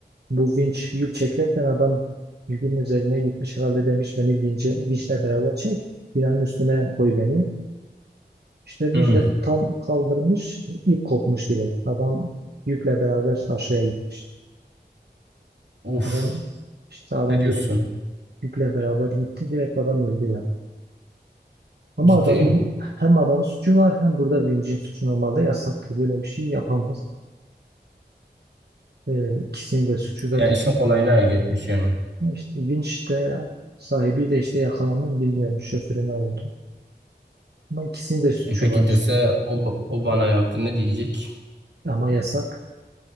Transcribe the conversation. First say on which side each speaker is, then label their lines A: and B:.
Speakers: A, on the right; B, on the right.
A: bu vinç yük çekerken adam yükün üzerine gitmiş. Herhalde demiş beni vince, vinçle beraber çek. Binanın üstüne koy beni. İşte Müjde
B: Hmm.
A: tam kaldırmış, ip kopmuş direkt. Adam yükle beraber aşağıya gitmiş.
B: Uf.
A: Adam işte adam
B: Ne diyorsun?
A: direkt yükle beraber gitti. Direkt adam öldü ya. Ama
B: Ciddi.
A: adamın hem adamın suçu var hem burada vincin suçu olmadı. yasak ki böyle bir şey yapamaz. Ee, ikisinin de suçu zaten.
B: Yani işin kolayına geçmiş yani.
A: İşte vinç de sahibi de işte yakalandı bilmiyorum şoförü ne oldu. Ama ikisinin de suçu
B: E peki
A: var.
B: dese o, o bana yaptı ne diyecek?
A: Ama yasak